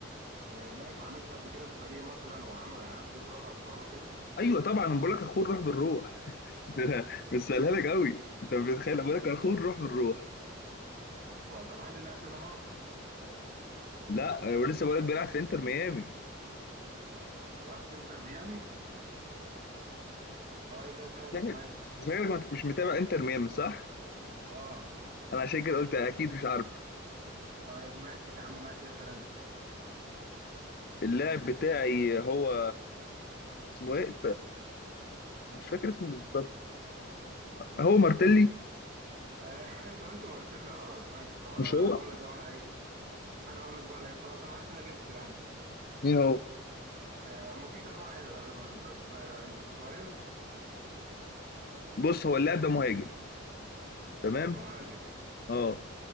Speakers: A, on the right; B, on the left.
A: آه، لعب مع ميسي قبل كده في فريق مثلا وعمل يعني اخدوا دوري ابطال وكده
B: ايوه طبعا انا بقول لك اخوه الروح بالروح <laughs> مش سهلها لك قوي انت بتخيل بقول لك اخوه الروح بالروح
A: اوبا طب هل اللاعب ده نيمار
B: لا انا لسه بقول لك بيلعب في انتر ميامي
A: بيلعب في انتر ميامي طيب اسأل انت
B: شكلك
A: ماشي
B: شكلك ما أنت مش متابع انتر ميامي صح؟
A: اه
B: انا عشان كده قلت اكيد مش عارفه
A: طيب ماشي يا عم ماشي اسأل انت
B: اللاعب بتاعي هو اسمه ايه؟ مش فاكر اسمه بالظبط هو مارتيلي
A: آه، <laughs> انت قلت مارتيلا غلط ماشي طب انا
B: مش هو
A: هقول لك طب انا لعيب انا هقول لك بقى لعيب خلاص انا حاسس إن انا جبته يعني
B: مين هو
A: آه، اما في كذا واحد غالبا طب آه، انت سواريز
B: بص هو اللاعب ده مهاجم تمام
A: مهاجم
B: اه